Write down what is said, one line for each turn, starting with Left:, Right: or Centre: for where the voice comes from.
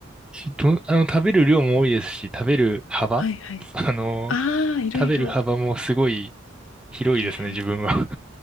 Centre: し、ど、あの、食べる量も多いですし、食べる幅
Left: はいはい。
Centre: <laughs> あの、
Left: ああ、いろいろ。
Centre: 食べる幅もすごい広いですね、
Left: はいはい。
Centre: 自分は。